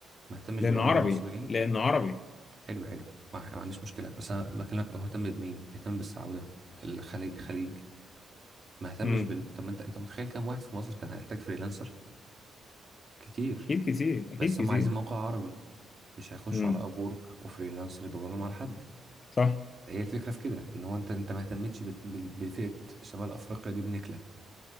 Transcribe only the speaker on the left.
لانه
عربي
لانه عربي
امم
اكيد كتير اكيد
كتير
امم
صح